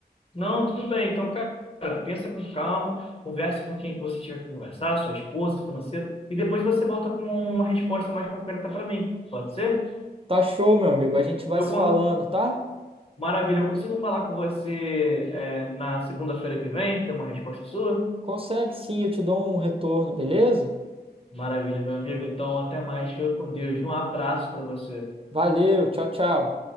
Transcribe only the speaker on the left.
Não, tudo bem. Então, cara, pensa com calma, converse com quem que você tiver que conversar, sua esposa, financeiro, e depois você volta com uma resposta mais concreta para mim. Pode ser?
Eu,
con-
maravilha, eu consigo falar com você é, na segunda-feira que vem, ter uma resposta sua?
Maravilha, meu amigo. Então, até mais. Fica com Deus. Um abraço para você.